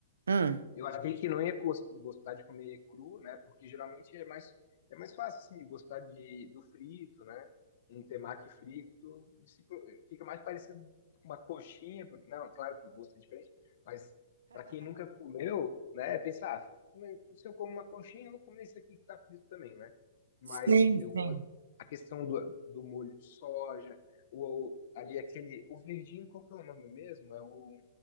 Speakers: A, on the right; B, on the left.
A: Hum.
B: Eu achei que não ia gos- gostar de comer cru, né? Porque geralmente é mais, é mais fácil, assim, de gostar de, do frito, né? Um temaki frito. se pro- Fica mais parecido com uma coxinha. Não, claro que o gosto é diferente, mas para quem nunca comeu, né? Pensar, ah, né, se eu como uma coxinha, eu vou comer isso aqui que tá frito também, né? Mas
A: Sim,
B: eu
A: sim.
B: gosto... A questão do, do molho de soja, o, ali aquele... O verdinho, qual que é o nome mesmo? É o,